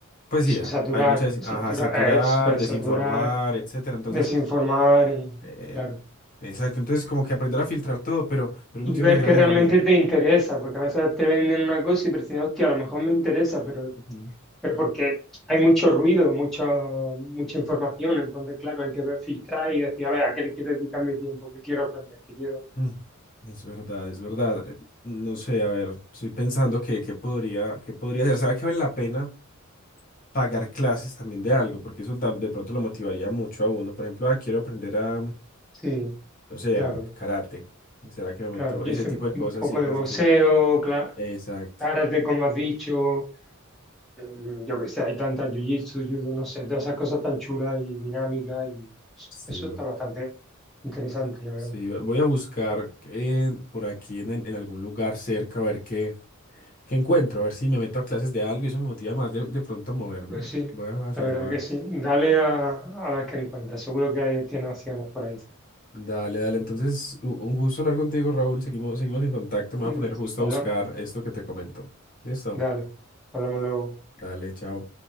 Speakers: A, on the left; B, in the centre.
A: pues
B: sí,
A: sí, a-
B: saturar,
A: hay mucha, des-
B: saturar,
A: ajá, saturar,
B: es, pues
A: desinformar,
B: saturar,
A: etcétera. Entonces,
B: desinformar y,
A: eh,
B: claro.
A: exacto. Entonces, como que aprender a filtrar todo, pero, pero uno
B: Y
A: tiene
B: ver
A: una gran
B: que
A: herramienta.
B: realmente te interesa, porque a veces te venden una cosa y prefieres, hostia, a lo mejor me interesa, pero,
A: Ujú.
B: pero porque hay mucho ruido, mucha, mucha información, entonces, claro, hay que ver- filtrar y decir, a ver, ¿a qué le quiero dedicar mi tiempo? ¿Qué quiero aprender? ¿Qué quiero?
A: Mm, Es verdad, es verdad. Eh, No sé, a ver, estoy pensando que, que podría, que podría hacer. ¿Será que vale la pena? pagar clases también de algo, porque eso da- de pronto lo motivaría mucho a uno. Por ejemplo, ah, quiero aprender a, no
B: Sí,
A: sé,
B: claro,
A: a karate. ¿Será que me meto?
B: claro. Yo
A: Ese
B: hice
A: tipo de cosas
B: un poco
A: sí es
B: de
A: más
B: boxeo,
A: difícil.
B: claro,
A: Exacto.
B: karate, como has dicho, mm, yo qué sé, hay tantas jiu-jitsu, judo, no sé, todas esas cosas tan chulas y dinámicas, y
A: Sí,
B: eso
A: voy,
B: está bastante interesante, la verdad.
A: sí, vo- voy a buscar eh, por aquí en, en- en algún lugar cerca a ver qué, qué encuentro, a ver si me meto a clases de algo y eso me motiva más de, de pronto a moverme.
B: Pues sí,
A: Voy a hacerlo.
B: la verdad que
A: eh.
B: sí. Dale a, a ver qué encuentras. Seguro que hay, tiene opciones por ahí. cerca.
A: Dale, dale. Entonces, u- un gusto hablar contigo, Raúl. Seguimos, seguimos en contacto. Me voy
B: Y,
A: a poner
B: pues,
A: justo
B: habla-
A: a buscar esto que te comento. Listo.
B: dale, hablamos luego.
A: Dale, chao.